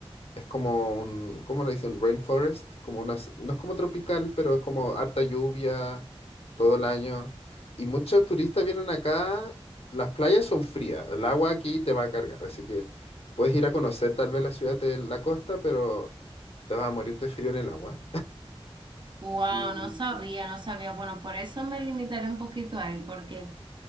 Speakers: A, on the left; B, on the right.
A: Es como un, ¿cómo le dicen? Rainforest, como unas, no es como tropical, pero es como harta lluvia todo el año. Y muchos turistas vienen acá, las playas son frías, el agua aquí te va a cargar, así que puedes ir a conocer tal vez la ciudad de la costa, pero te vas a morir de frío en el agua.
B: Wow,
A: Y,
B: no sabía, no sabía. Bueno, por eso me limitaré un poquito a él, porque